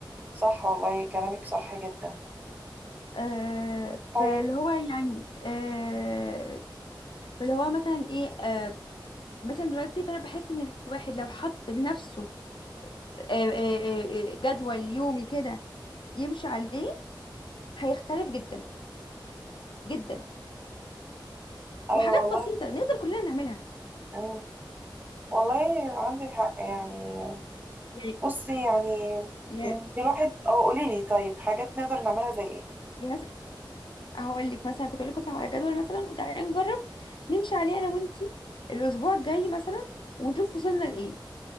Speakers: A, on the right (about 20°); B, on the left (about 70°).
A: صح والله كلامك صح جدا
B: آه
A: طيب
B: فاللي هو يعني آه فاللي هو مثلا ايه آه مثلا دلوقتي فانا بحس ان الواحد لو حط لنفسه آه، آه، آه، جدول يومي كده يمشي عليه هيختلف جدا جدا
A: ايوه
B: وحاجات
A: والله
B: بسيطه نقدر كلنا نعملها
A: مم. والله عندك حق يعني
B: يعني
A: بصي يعني
B: يعني
A: الواحد اه قولي لي طيب حاجات نقدر نعملها زي ايه
B: يعني مثلا هقول لك مثلا كنت اقول لك مثلا على جدول مثلا وتعالي نجرب نمشي عليه انا وانتي الاسبوع الجاي مثلا ونشوف وصلنا لايه